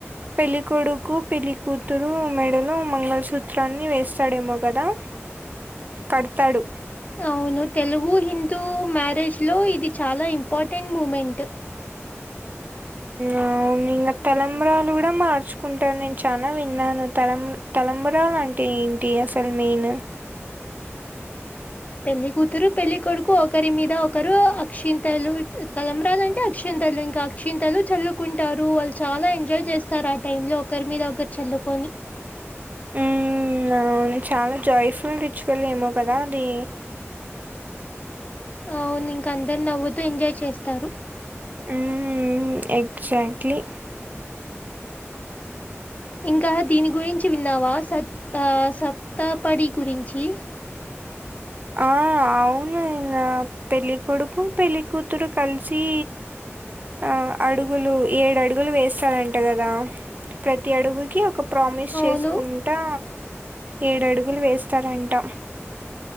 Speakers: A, on the right; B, on the left.
A: పెళ్ళికొడుకు పెళ్ళికుతురు మెడలో మంగళసూత్రాన్ని వేస్తాడేమో కదా కడతాడు
B: అవును తెలుగు హిందూ మ్యారేజ్ లో ఇది చాలా ఇంపార్టెంట్ మూమెంట్
A: ఆ అవును ఇంగా తలంబ్రాలు కూడా మార్చుకుంటాన్ నేను చాలా విన్నాను తలం తలంబ్రాలు అంటే ఏం టిఎస్ఎల్ మెయిన్
B: పెళ్లి కూతురు పెళ్ళ కొడుకు ఒకరి మీద ఒకరు అక్షింతలు తలంబ్రాలు అంటే అక్షింతలు ఇంకా అక్షింతలు చల్లుకుంటారు వాళ్ళు చాలా ఎంజాయ్ చేస్తారు ఆ టైమ్ లో ఒకరి మీద ఒకరు చల్లుకొని
A: ఉమ్ అవును చాలా జాయ్ఫుల్ రిచువల్ ఏమో కదా అది
B: అవును ఇంకా అందరు నవ్వుతూ ఎంజాయ్ చేస్తారు
A: ఉమ్ ఉమ్ ఎగ్జాక్ట్లీ
B: ఇంకా దీని గురించి విన్నావా సత్ సప్తపడి గురించి
A: ఆ అవును ఇంగా పెళ్ళి కొడుకు పెళ్ళికూతురు కలిసి ఆ అడుగులు ఏడు అడుగులు వేస్తాడంట కదా ప్రతి అడుగుకి ఒక ప్రామిస్ చేసుకుంటా
B: అవును
A: ఏడు అడుగులు వేస్తారంట